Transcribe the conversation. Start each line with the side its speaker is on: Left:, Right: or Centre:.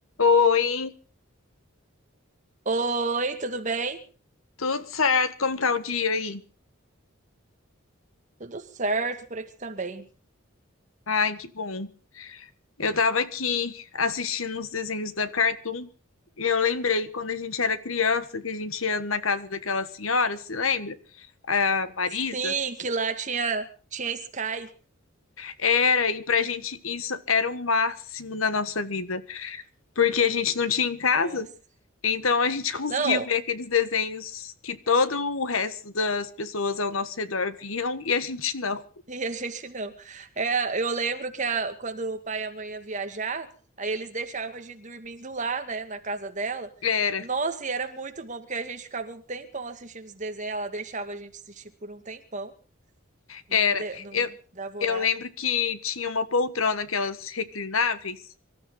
Left: Oi,
Right: Oi, tudo bem?
Left: tudo certo? Como tá o dia aí?
Right: Tudo certo por aqui também.
Left: Ai, que bom. Eu tava aqui assistindo os desenhos da Cartoon e eu lembrei quando a gente era criança que a gente ia na casa daquela senhora, se lembra? A Marisa.
Right: Sim, que lá tinha tinha Sky.
Left: Era, e pra gente isso era o máximo na nossa vida, porque a gente não tinha em casa,
Right: Nossa.
Left: então a gente <laughs> conseguia
Right: Não,
Left: ver aqueles desenhos que todo o resto das pessoas ao nosso redor viam e a gente não.
Right: <laughs> e a gente não. É, eu lembro que a- quando o pai e a mãe ia viajar, aí eles deixavam a gente dormindo lá, né, na casa dela.
Left: Era.
Right: Nossa, e era muito bom, porque a gente ficava um tempão assistindo os desenhos, ela deixava a gente assistir por um tempão, não,
Left: Era.
Right: de- não
Left: Eu,
Right: dava horário.
Left: eu lembro que tinha uma poltrona, aquelas reclináveis.